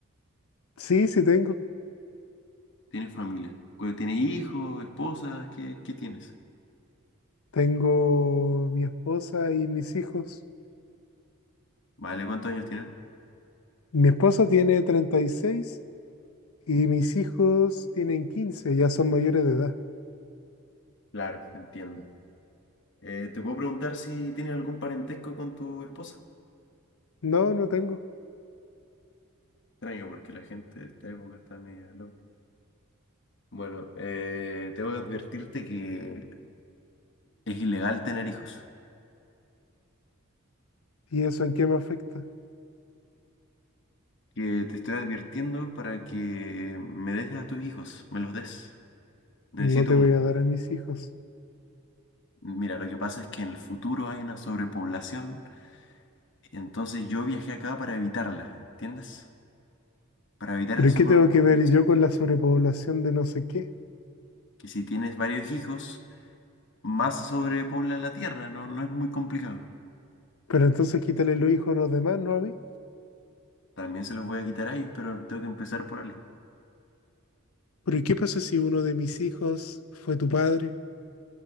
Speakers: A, on the left (about 80°); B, on the left (about 60°).
A: Sí, sí tengo.
B: ¿Tienes familia? Cu- ¿Tienes hijos, esposa? ¿Qué, qué tienes?
A: Tengo mi esposa y mis hijos.
B: Vale, ¿cuántos años tienen?
A: Mi esposa tiene treinta y seis y mis hijos tienen 15, ya son mayores de edad.
B: Claro, entiendo. Eh, ¿te puedo preguntar si tienes algún parentesco con tu esposa?
A: No, no tengo.
B: Extraño, porque la gente de esta época está media loca. Bueno, eh, tengo que advertirte que Es ilegal tener hijos.
A: ¿Y eso en qué me afecta?
B: Que te estoy advirtiendo para que me des a tus hijos, me los des. Necesito
A: No te
B: uno.
A: voy a dar a mis hijos.
B: Mira, lo que pasa es que en el futuro hay una sobrepoblación, entonces yo viajé acá para evitarla, ¿entiendes? Para evitar
A: ¿Pero
B: esa
A: y qué
B: sobrepoblación.
A: tengo que ver yo con la sobrepoblación de no sé qué?
B: Que si tienes varios hijos, más se sobrepobla la tierra, no, no es muy complicado.
A: Pero entonces quítale los hijos a los demás, ¿no a mí?
B: También se los voy a quitar a ellos, pero tengo que empezar por alguien.
A: ¿Pero y qué pasa si uno de mis hijos fue tu padre?